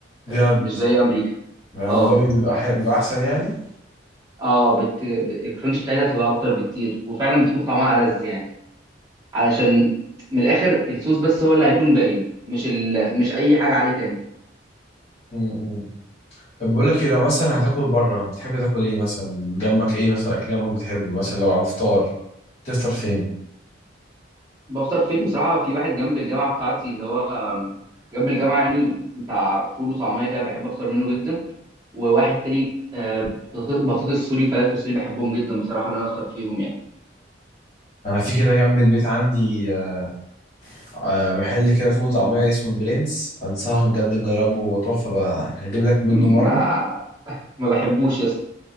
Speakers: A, on the left; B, on the right.
A: بجد
B: آه، مش زي أمريكا
A: يعني
B: آه
A: الموضوع بيبقى حلو- بيبقى احسن يعني
B: آه بت... ب- الكرانش بتاعتها بتبقى أكتر بكتير وفعلا بتكون طعمها ألذ يعني علشان من الآخر الصوص بس هو اللي هيكون باين مش ال... مش أي حاجة عليه تاني
A: م- م. طب بقول لك ايه لو مثلا هتاكل بره بتحب تاكل ايه مثلا جنبك ايه مثلا اكل جنبك بتحبه مثلا لو على الفطار تفطر فين
B: بفطر فين بصراحة في واحد جنب الجامعة بتاعتي اللي هو آم، جنب الجامعة يعني بتاع فول وطعمية كده بحب أفطر منه جدا وواحد تاني آه، بطاط- بطاطس سوري وفلافل سوري بحبهم جدا بصراحة إن أنا أفطر فيهم يعني
A: انا في كده جنب البيت عندي آه، آه، محل كده فول وطعميه اسمه البرنس انصحك بجد تجربه هو تحفه بقى هجيب لك منه
B: م-
A: مره
B: ما ما بحبوش يا اسطى